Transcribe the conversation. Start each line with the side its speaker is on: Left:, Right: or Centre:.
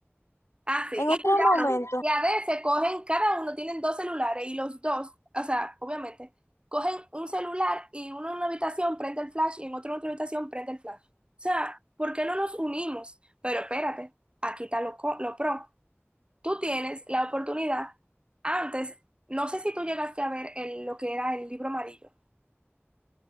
Right: así,
Left: En
Right: y
Left: otro
Right: cuidado,
Left: momento,
Right: y a veces cogen, cada uno tienen dos celulares, y los dos, o sea, obviamente, cogen un celular y uno en una habitación prende el flash y en otro en otra habitación prende el flash. O sea, ¿por qué no nos unimos? Pero espérate, aquí está lo, co- lo pro. tú tienes la oportunidad, antes, no sé si tú llegaste a ver el- lo que era el libro amarillo,